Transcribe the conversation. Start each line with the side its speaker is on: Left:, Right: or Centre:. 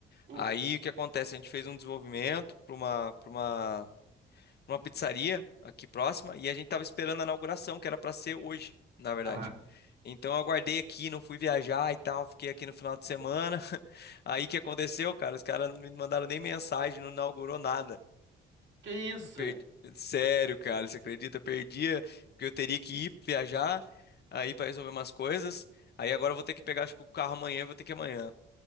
Right: Uhum.
Left: Aí o que acontece? A gente fez um desenvolvimento para uma, para uma numa pizzaria aqui próxima e a gente tava esperando a inauguração, que era para ser hoje, na verdade.
Right: Ah,
Left: Então eu aguardei aqui, não fui viajar e tal, fiquei aqui no final de semana. <laughs> Aí o que aconteceu, cara? Os caras não me mandaram nem mensagem, não inaugurou nada.
Right: que isso?
Left: Eu perdi... Sério, cara, você acredita? Eu perdia, porque eu teria que ir viajar aí para resolver umas coisas. Aí agora eu vou ter que pegar, acho que o carro amanhã, eu vou ter que ir amanhã.